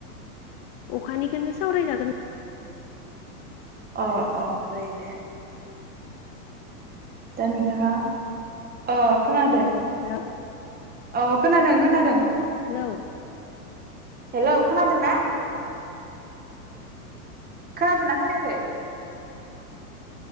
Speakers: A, on the left (about 40°); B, on the right (about 20°).
A: अखानिखोनो सावरायजागोन।
B: अ अ जायो दे। दा नोंथाङा अ खोनादो।
A: हेलौ
B: अ खोनादों खोनादों।
A: हेलौ।
B: हेलौ खोनादों ना? खोनादोंना खोनायाखै?